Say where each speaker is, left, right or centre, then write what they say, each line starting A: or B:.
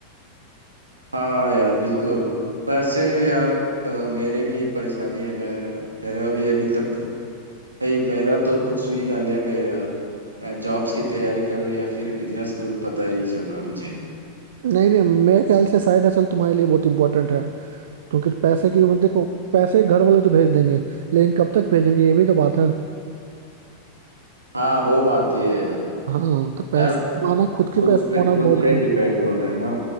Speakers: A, on the right; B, on the right.
A: हाँ यार बिल्कुल वैसे यार अ, मेरे भी परेशानी है मैं मेरा भी अभी तक भाई मेरा तो कुछ सुई ना लिया गया यार मैं जॉब्स की तैयारी करूँ या फिर बिजनेस करूँ पता ही नहीं चल रहा मुझे
B: नहीं नहीं मेरे ख्याल से साइड हसल तुम्हारे लिए बहुत इंपॉर्टेंट है क्योंकि पैसे की मतलब देखो पैसे घर वाले तो भेज देंगे लेकिन कब तक भेजेंगे ये भी तो बात है
A: हाँ वो बात भी है यार
B: हाँ तो पैसे
A: यार
B: माना खुद के
A: खुद
B: पैसे
A: पे
B: होना
A: खुद
B: बहुत
A: से
B: जरूरी-
A: डिपेंड होना है ना